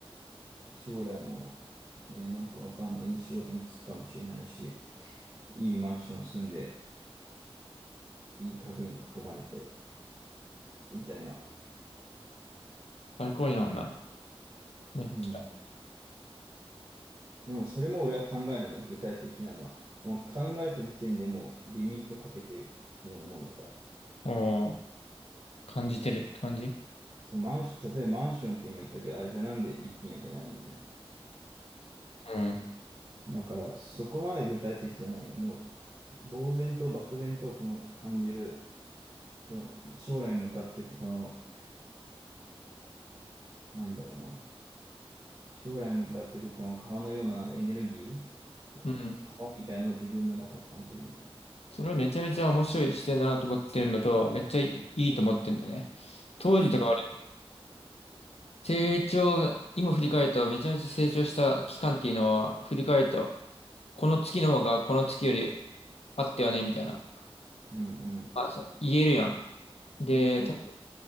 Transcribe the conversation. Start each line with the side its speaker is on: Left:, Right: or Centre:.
Right: 将来も、ね、なんかわかんない、いい仕事に就くかもしれないし、いいマンション住んで、いい家具に囲まれて、みたいな。
Left: 最高やんな。めっちゃ。
Right: うん。でもそれも俺は考えないの、具体的なのは。もう考えた時点でもうリミットかけてるようなもんだから。
Left: おー、感じてるって感じ
Right: そのマンション、例えばマンションって今言ったけど、あれじゃなんで一軒家じゃないのみたいな。
Left: うん。
Right: だからそこまで具体的じゃないよ。もう呆然と漠然とこの感じる、この将来向かっていくこの、なんだろうな。将来向かっていくこの川のようななんかエネルギー、
Left: うん。
Right: 川みたいなのを自分の中に感じるみたいな。
Left: それはめちゃめちゃ面白い視点だなと思ってるのと、めっちゃいいいいと思ってるんだよね。当時とか
Right: うん、
Left: 成長が、今振り返ると、めちゃめちゃ成長した期間っていうのは、振り返ると、この月の方がこの月よりあってはね、みたいな。
Right: うん、うん。
Left: あ、そう言えるやん。で、
Right: うん、
Left: た